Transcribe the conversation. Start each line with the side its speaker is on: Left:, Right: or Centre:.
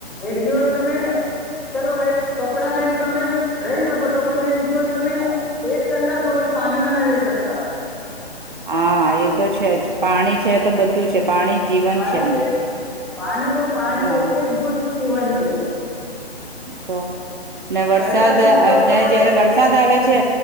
Centre: એક દિવસ તમે ચલો ભાઈ કપડાં નહી તમે રહી શકો છો પણ એક દિવસ તમે એક કલાક વગર પાણી ના ન લઈ સકતા.
Right: હા એ તો છે જ પાણી છે તો બધું છે. પાણી જ જીવન
Centre: પાણી
Right: એમ
Centre: છે પાણી તો પાણી
Right: હા
Centre: એક એક બુનદ જીવન છે.
Right: તો, ને વરસાદ
Centre: સરકારને બી જોયું
Right: અને
Centre: હોય
Right: જયારે
Centre: કે
Right: વરસાદ આવે છે,